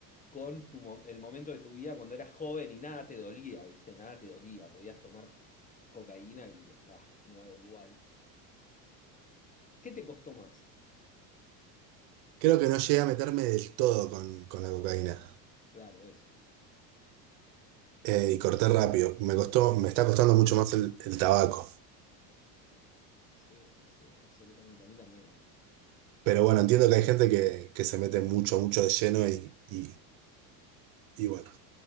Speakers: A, on the left; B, on the right.
A: con tu, mo- el momento de tu vida cuando eras joven y nada te dolía, ¿viste? Nada te dolía, podías tomar cocaína y estabas nuevo igual. ¿Qué te costó más?
B: Creo que no llegué a meterme del todo con, con la cocaína.
A: Claro, eso es.
B: Eh, y corté rápido. Me costó, me está costando mucho más el, el tabaco.
A: Sí, sí, sí, sí, absolutamente. A mí también, ¿eh?
B: Pero bueno, entiendo que hay gente que, que se mete mucho, mucho de lleno y, y, y bueno,